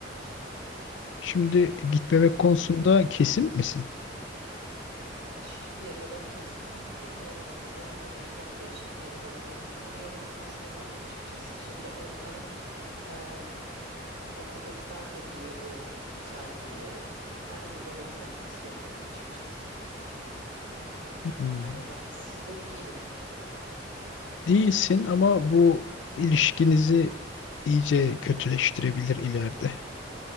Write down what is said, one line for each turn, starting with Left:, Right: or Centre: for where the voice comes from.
Left: şimdi
Right: Öyle.
Left: gitmemek konusunda kesin misin?
Right: Yani şimdiye kadar kesinim ama bilmiyorum hani son anda bir plan değişikliği yapabilir miyim ama yapmak da istemiyorum açıkçası. Şimdi onların em, bana göstermediği o saygıyı ben onlara göstermek istemiyorum açıkçası.
Left: Hmm.
Right: Hani haksız da değilim.
Left: Değilsin ama bu ilişkinizi iyice kötüleştirebilir ileride.